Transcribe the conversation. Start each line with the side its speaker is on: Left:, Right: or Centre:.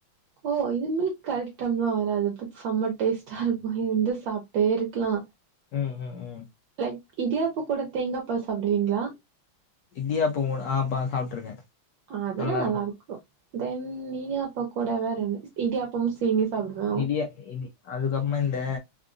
Right: ஓ இது மில்க் ஐட்டம்லா வராது பட் செம்ம டேஸ்ட்டா இருக் கு இருந்து சாப்ட்டே இருக்கலா
Left: ம் ம் ம்
Right: லைக் இடியாப்பக் கூட தேங்காப்பால் சாப்டுவீங்ளா
Left: இடியாப்பவோட ஆ பா சாப்ட்ருக்கே
Right: அதெல்லா
Left: நல்லா
Right: நல்லாருக்கு
Left: இருக்கு
Right: தென் இடியாப்ப கூட வேறென்ன இடியாப்பமு சீனியு சாப்டுவே
Left: இடியா இடி அதுக்கப்றமா இந்த